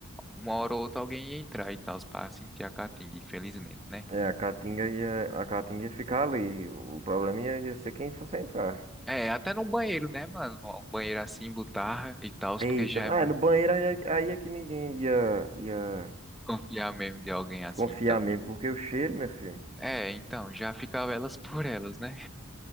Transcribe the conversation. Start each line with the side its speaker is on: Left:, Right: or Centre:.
Centre: uma hora ou outra alguém ia entrar e tal, para sentir a catinga, infelizmente, né?
Right: É, a caatinga ia, a caatinga ia ficar ali. O problema ia, ia ser quem fosse entrar.
Centre: É, até no banheiro, né, mano? Um banheiro assim, botarra e tal,
Right: Eita,
Centre: porque já é
Right: ah,
Centre: mais
Right: no banheiro aí, é- aí é que ninguém ia, ia
Centre: <laughs> confiar mesmo de alguém assim,
Right: desconfiar
Centre: então.
Right: mesmo, porque o cheiro, meu filho.
Centre: É, então, já ficava elas por elas, né?